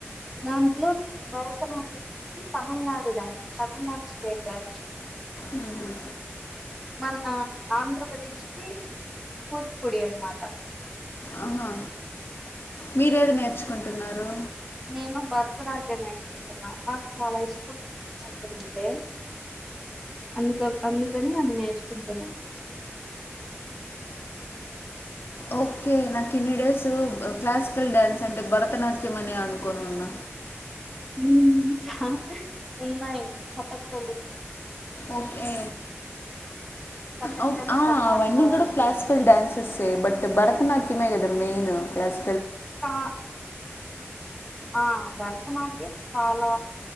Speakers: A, in the centre; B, on the left.
A: దాంట్లో భరతనాట్యం అనీ తమిళ్నాడు డా తమిళ్నాడు స్టేట్ బ్యాచ్
B: మ్మ్ హ్మ్
A: మరి మా ఆంధ్రప్రదేశ్ కి కూచిపూడి అన్నమాట
B: ఆ హా మీరేడ నే ర్చుకుంటున్నారు
A: నేను భరతనాట్యం నేర్చుకుంటున్నా. నాకు చాల ఇష్టం ఎమంటే అందుక అందుకని అది నేర్చుకుంటున్నాను
B: ఓకే నాకు ఇన్ని డేస్ క్లాసికల్ డ్యాన్స్ అంటే భరతనాట్యం అని అనుకోని ఉన్న
A: హ్మ్ ఛ ఉన్నాయి కథక్ కల్లి
B: ఓకే
A: కథకళి
B: ఓ అవన్నీ
A: కర్ణాటక వాళ్ళకి
B: కూడా క్లాసికల్ డ్యన్స్ ఎ బట్ భరతనాట్య ఈమె గద మెయిన్ ప్లస్
A: ఆ ఆ భరతనాట్యం చాలా